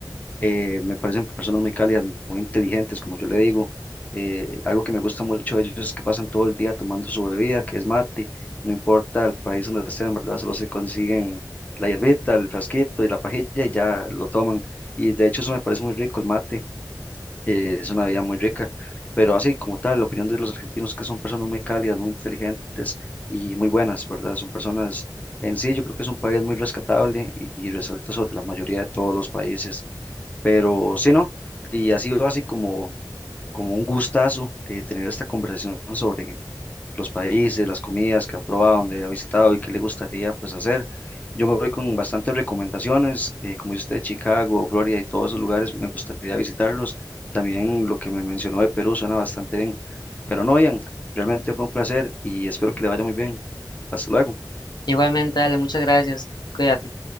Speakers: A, on the left; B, on the left.
A: eh, me parecen personas muy cálidas, muy inteligentes, como yo le digo. Eh, algo que me gusta mucho de ellos es que pasan todo el día tomando su bebida, que es mate, no importa el país donde sean, ¿verdad? Solo se consiguen la hierbita, el frasquito y la pajilla y ya lo toman. Y de hecho eso me parece muy rico, el mate, eh, es una bebida muy rica. Pero así como tal, la opinión de los argentinos es que son personas muy cálidas, muy inteligentes y muy buenas, ¿verdad? Son personas en sí, yo creo que es un país muy rescatable y, y resalta sobre la mayoría de todos los países. Pero sí, ¿no? Y ha sido así como, como un gustazo eh, tener esta conversación sobre los países, las comidas que ha probado, dónde ha visitado y qué le gustaría pues hacer. Yo me voy con bastantes recomendaciones, eh, como dice usted, Chicago, Florida y todos esos lugares, me gustaría visitarlos. También lo que me mencionó de Perú suena bastante bien. Pero no, Ian, realmente fue un placer y espero que le vaya muy bien. Hasta luego.
B: Igualmente, dale, muchas gracias. Cuídate.